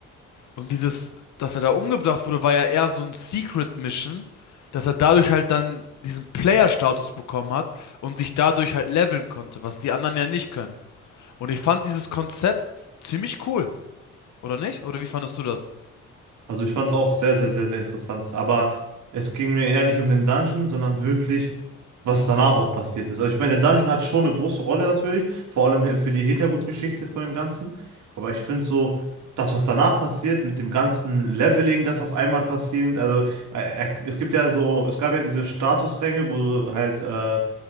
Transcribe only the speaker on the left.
Und dieses, dass er da umgebracht wurde, war ja eher so ein Secret Mission, dass er dadurch halt dann diesen Player-Status bekommen hat und sich dadurch halt leveln konnte, was die anderen ja nicht können. Und ich fand dieses Konzept ziemlich cool, oder nicht? Oder wie fandest du das?